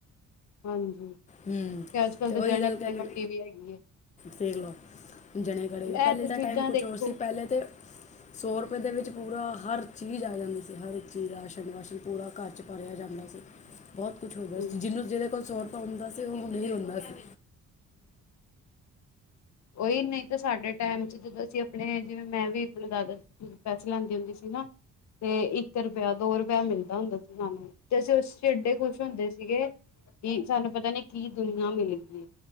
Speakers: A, on the left; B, on the left.
A: ਹਾਂਜੀ-
B: ਹਮ
A: ਅੱਜ ਕੱਲ੍ਹ
B: ਤੇ
A: ਤਾਂ
B: ਉਹੀ
A: ਜਣੇ
B: ਗੱਲ
A: ਖਣੇ
B: ਕਹਿੰਦੇ
A: ਕੋਲ ਟੀ ਵੀ ਹੈਗੀ ਹੈ
B: ਦੇਖ ਲਓ- ਜਣੇ ਘੜੇ ਪੈਲੇ
A: ਇਹ ਤਾਂ
B: ਦਾ
A: ਚੀਜ਼ਾਂ
B: ਟਾਈਮ ਕੁਛ
A: ਦੇਖੋ
B: ਹੋਰ ਸੀ ਪੈਲੇ ਤਾਂ- ਸੌ ਰੁਪਏ ਦੇ ਵਿਚ ਪੂਰਾ ਹਰ ਚੀਜ ਆ ਜਾਂਦੀ ਸੀ, ਹਰ ਚੀਜ ਰਾਸ਼ਨ- ਵਾਸ਼ਨ ਪੂਰਾ ਘਰ 'ਚ ਭਰਿਆ ਜਾਦਾ ਸੀ।
A: <inaudible>
B: ਬਹੁਤ ਕੁਛ ਹੋ
A: ਹਮ
B: ਗਿਆ ਸੀ ਜਿਹਨੂੰ ਜਿਹਦੇ ਕੋਲ ਸੌਰਪ ਹੁੰਦਾ ਸੀ ਉਹ ਅਮੀਰ ਹੁੰਦਾ ਸੀ।
A: ਉਹੀ ਨਹੀ ਤਾਂ ਸਾਡੇ ਟਾਈਮ 'ਚ ਜਦੋ ਅਸੀ ਆਪਣੇ ਜਿਵੇ ਮੈ ਵੀ ਆਪਣੇ ਦਾਦਾ- ਪੈਸੇ ਲੈਦੀ ਹੁੰਦੀ ਸੀ ਨਾ, ਤੇ ਇਕ ਰੁਪਇਆ ਦੋ ਰੁਪਇਆ ਮਿਲਦਾ ਹੁੰਦਾ ਸੀ ਸਾਨੂੰ। ਤੇ ਅਸੀ ਉਸ 'ਚ ਇਡੇ ਖੁਸ਼ ਹੁੰਦੇ ਸੀਗੇ ਕਿ ਸਾਨੂੰ ਪਤਾ ਨੀ ਕੀ ਦੁਨੀਆਂ ਮਿਲ ਗਈ ਹੈ।